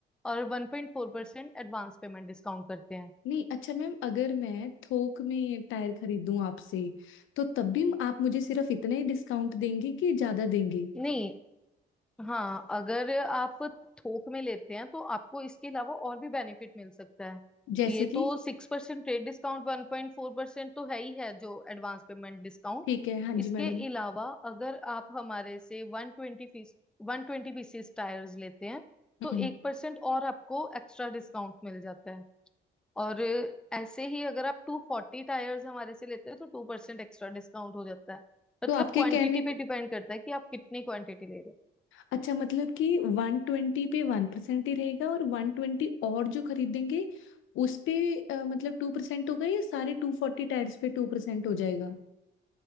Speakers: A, in the centre; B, on the left.
A: और वन पॉइंट फोर परसेंट एडवांस पेमेंट डिस्काउंट करते हैं
B: नहीं अच्छा मैम अगर मैं थोक में टायर खरीदूं आपसे तो तब भी आप मुझे सिर्फ इतना ही डिस्काउंट देंगी कि ज्यादा देंगी
A: नहीं हाँ अगर आप थोक में लेते हैं तो आपको इसके अलावा और भी बेनिफिट मिल सकता है
B: जैसे
A: ये
B: कि
A: तो सिक्स परसेंट ट्रेड डिस्काउंट वन पॉइंट फोर परसेंट तो है ही है जो एडवांस पेमेंट डिस्काउंट
B: ठीक है हाँ जी
A: इसके
B: मैडम
A: अलावा अगर आप हमारे से वन ट्वेंटी फीस वन ट्वेंटी पीसीस टायर्स लेते हैं
B: हम्म
A: तो एक परसेंट और आपको एक्स्ट्रा डिस्काउंट मिल जाता है और ऐसे ही अगर आप टू फोर्टी टायर्स हमारे से लेते हैं तो टू परसेंट एक्स्ट्रा डिस्काउंट हो जाता है मतलब
B: तो आपके
A: क्वांटिटी
B: कहने
A: पे डिपेंड करता है कि आप कितनी क्वांटिटी ले रहे
B: अच्छा मतलब कि वन ट्वेंटी पे वन परसेंट ही रहेगा और वन ट्वेंटी और जो खरीदेंगे उस पे अ, मतलब टू परसेंट होगा या सारे टू फोर्टी टायर्स पे टू परसेंट हो जाएगा